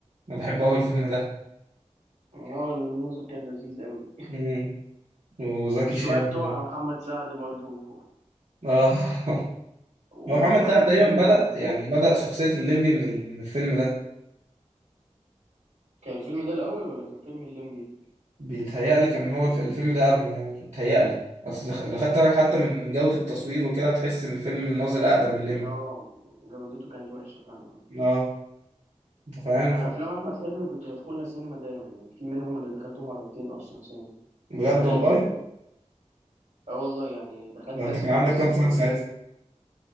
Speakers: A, on the right; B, on the right.
A: انا بحب قوي الفيلم ده
B: اه النظر كان لذيذ أوي
A: مم. وزكي
B: والشوية
A: شان
B: بتوع محمد سعد برضو
A: اه <laughs> هو
B: و-
A: محمد
B: وأحمد
A: سعد تقريبا
B: حلمي كنت
A: بدأ يعني بدأ شخصية الليمبي من ال- من الفيلم ده
B: كان الفيلم ده الأول ولا كان فيلم الليمبي
A: بيتهيألي كان هو الف- الفيلم ده قبله يعني بيتهيألي اصل خ- لو خدت
B: مش
A: بالك حتى
B: فاكر
A: من جودة التصوير وكده هتحس ان الفيلم الناظر اقدم من الليمبي
B: اه جودته كانت وحشة فعلا
A: اه انت فاهم
B: أنا
A: ف...
B: أفلام أحمد حلمي كنت بدخلها سينما دايما يعني في منهم اللي دخلته مرتين أصلا سينما
A: بجد
B: الأفلام القديمة
A: والله
B: يعني اه والله يعني دخلت
A: ده انت
B: آسف
A: كان عندك
B: على الإزعاج
A: كام سنة
B: مرتين
A: ساعتها